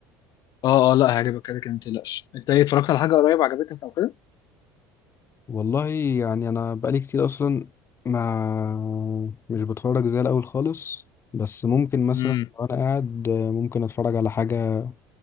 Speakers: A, on the left; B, on the left.
A: اه اه لا هيعجبك كده كده ما تقلقش انت ايه اتفرجت على حاجه قريب عجبتك او كده
B: والله يعني انا بقالي كتير اصلا ما مش بتفرج زي الاول خالص بس ممكن مثلا
A: امم
B: لو انا قاعد ممكن اتفرج على حاجة